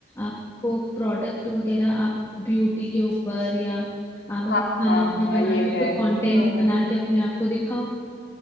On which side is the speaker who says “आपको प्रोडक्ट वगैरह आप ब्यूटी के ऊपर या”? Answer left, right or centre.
Left